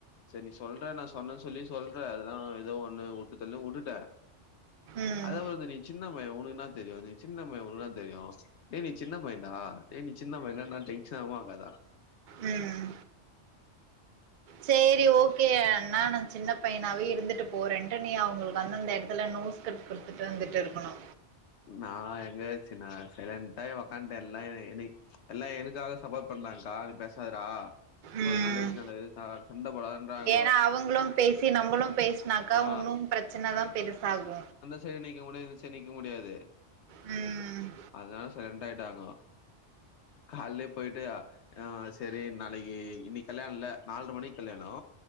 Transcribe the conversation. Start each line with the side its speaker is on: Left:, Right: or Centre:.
Left: செரி நீ சொல்ற நா சொன்னேன்னு சொல்லி சொல்ற அதெல்லா ஏதோ ஒண்ணு வுட்டுதள்ளு வுட்டுட்ட
Right: ம்,
Left: அதே வந்து நீ சின்ன பைய உனக்கு என்ன தெரியு நீ சின்ன உனக்கு என்ன தெரியு டேய் நீ சின்ன பையன்டா ஏய் நீ சின்ன பையன்டானா டென்ஷன் ஆகுமா ஆகாத
Right: ம் சேரி ஓகே நானு சின்ன பையனாவே இருந்துட்டு போறேன்ட்டு நீ அவங்களுக்கு வந்து அந்த எடத்துல நோஸ் கட் குடுத்துட்டு வந்துட்டு இருக்கணு
Left: நா எங்கயாச்சு நா சைலண்டா் ஆகி உக்கான்ட்டே எல்லா என்னி எல்லா எனக்காக சப்போட் பண்ணாங்க்கா நீ பேசாதடா
Right: ம்
Left: ஒரு நல்ல விஷயம் நடக்குது ச சண்ட போடாதன்றாங்கோ.
Right: ஏனா அவங்களு பேசி நம்பளு பேசுனாக்கா
Left: ஆ
Right: உன்னு பிரச் ச்சன தா பெருசாகு
Left: செரி நிக்க முடியாது செரி நிக்க முடியாது
Right: ம்
Left: அதா சைலண்ட் ஆயிட்டாங்கோ கால்லயே போய்ட்டு ஆ செரி நாளைக்கி இன்னக்கி கல்யாணோல்ல நால்ர மணிக்கு கல்யாணோ